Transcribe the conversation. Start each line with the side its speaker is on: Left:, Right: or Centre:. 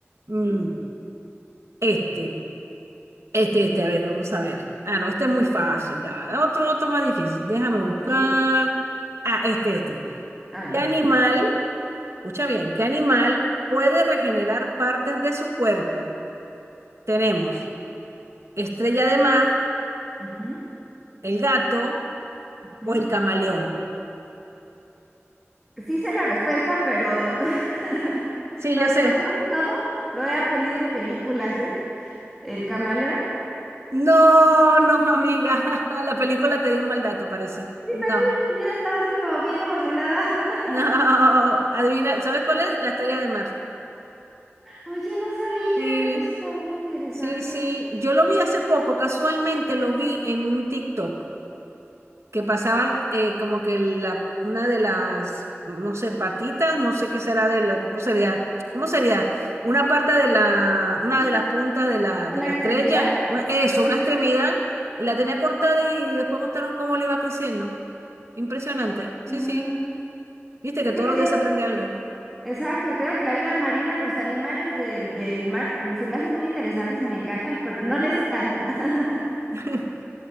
Right: mm, este, este, este, a ver, vamos a ver. Ah, no, este es muy
Centre: A ver,
Right: fácil. ya va. Otro, otro más difícil. Déjame buscar.
Centre: Sí,
Right: Ah, este, este.
Centre: a ver.
Right: ¿Qué animal? Escucha bien, ¿qué animal puede regenerar partes de su cuerpo? Tenemos estrella de mar,
Centre: Ujú,
Right: el gato
Centre: ujú.
Right: o el camaleón.
Centre: Sí sé la respuesta, pero, <laughs>
Right: Sí,
Centre: pero
Right: ya sé.
Centre: te lo juro que todo lo he
Right: Sí.
Centre: aprendido en películas, ¿eh? El camaleón.
Right: No, no, amiga. <laughs> La película te dio un mal dato, parece.
Centre: Sí,
Right: No,
Centre: papi, y yo ya estaba así como bien emocionada. <laughs>
Right: <laughs> no. Adivina, ¿sabes cuál es? La estrella de mar.
Centre: Oye, no sabía.
Right: Sí,
Centre: Eso está muy interesante.
Right: sí, sí. Yo lo vi hace poco, casualmente lo vi en un TikTok. que pasaban eh, como que la, una de las, no sé, patitas, no sé qué será de la, ¿cómo sería? ¿Cómo sería? Una parte de la, una
Centre: Sí,
Right: de las puntas de la,
Centre: una
Right: de la
Centre: extremidad.
Right: estrella, una, eso,
Centre: Ajá.
Right: una extremidad, la tenía cortada y después mostraron cómo le iba creciendo. Impresionante, sí,
Centre: Ah,
Right: sí. Viste que
Centre: Es
Right: todos
Centre: que te
Right: los
Centre: digo,
Right: días se aprende algo.
Centre: exacto, te digo que la vida marina, los animales del, del mar, mm, se me hacen muy interesantes y me encantan, pero no le sé tanto. <laughs>
Right: <laughs>